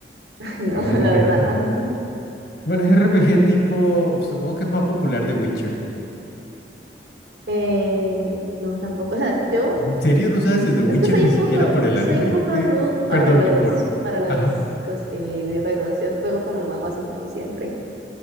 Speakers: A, on the right (about 75°); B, on the left (about 75°).
A: <laughs> No,
B: RPG.
A: la verdad no. <laughs>
B: Bueno, es RPG tipo. Supongo que es más popular de Witcher.
A: Eh, no, tampoco. O sea, yo
B: ¿En serio no sabes desde Witcher
A: Es que soy
B: ni
A: un
B: siquiera
A: poco,
B: por el
A: soy
B: anime?
A: un poco
B: Eh,
A: noob para
B: perdón,
A: los,
B: ni por...
A: para los
B: Ajá.
A: cos- eh, videojuegos. Yo juego como lo más básico siempre.